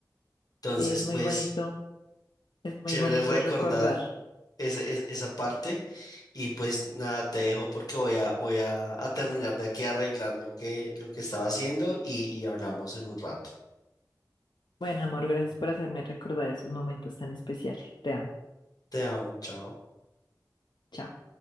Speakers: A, on the left (about 55°); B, on the left (about 85°).
A: Entonces,
B: Sí, es
A: pues
B: muy bonito, es muy
A: chévere
B: bonito
A: recordar
B: recordar.
A: ese- es- esa parte y pues nada, te dejo porque voy a, voy a, a terminar de aquí a arreglar lo que, lo que estaba haciendo y, y hablamos en un rato.
B: Bueno, amor, gracias por hacerme recordar esos momentos tan especiales. Te amo.
A: Te amo, chao.
B: Chao.